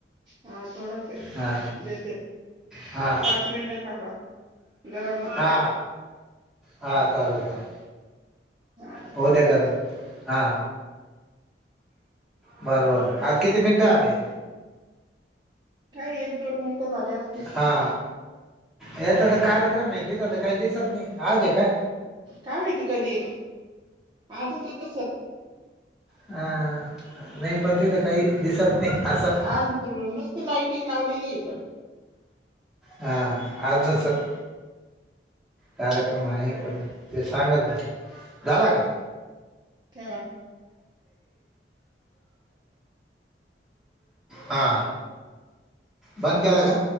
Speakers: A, on the right; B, in the centre.
A: हा थोडाच ये
B: हा
A: देते
B: हा
A: एक पाच मिनटं थांबा. गरम होतोय
B: हा हा चालेल चालेल.
A: हा चालेल
B: होऊ दया गरम हा. बरं बर आज किती मिनिटं आले.
A: काय एक दोन मिनिटं झाले असतील.
B: हा याचा तर कार्यक्रम आहे तिथ तर काही दिसत नाही आज आहे काय
A: काय माहिती कधी आजच आहे
B: नाही पण तिथ काही दिसत नाही असं
A: आज नसत लायटिंग लावलेली आहे पण
B: हा आज नसल कार्यक्रम आहे पण ते सांगल का झाला का
A: ठेवा
B: हा बंद केला का